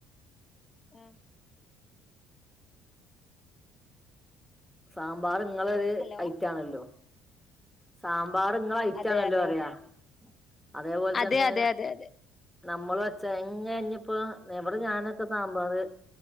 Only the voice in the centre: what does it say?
സാമ്പാർ നിങ്ങളരു
ഐറ്റം, ആണല്ലോ? സാമ്പാർ സാമ്പാർ നിങ്ങളുടെ ഐറ്റം
അന്ന്എന്നല്ല
പറയുവാ
അതേപോലെ
തന്നെ
നമ്മള് വെച്ച എങ്ങനെ - ഇപ്പൊ ഇവിടെ ഞാനൊക്കെ സാമ്പറ്